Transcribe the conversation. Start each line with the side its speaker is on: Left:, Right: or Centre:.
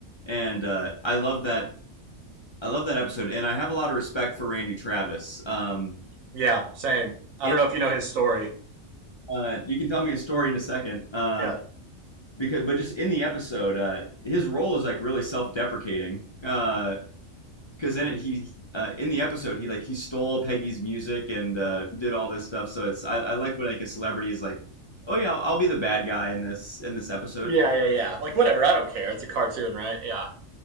Left: and uh, I love that. I love that episode, and I have a lot of respect for Randy Travis. Um,
Right: Yeah, same. I
Left: it,
Right: don't know if you know his story.
Left: uh, you can tell me a story in a second, uh,
Right: Yeah.
Left: because but just in the episode, uh, his role is like really self-deprecating. Uh, because in it he uh, in the episode he like he stole Peggy's music and uh, did all this stuff. So it's I, I like when like a celebrity is like, oh yeah, I'll, I'll be the bad guy in this in this episode.
Right: Yeah, yeah, yeah. Like whatever, I don't care. It's a cartoon, right? Yeah.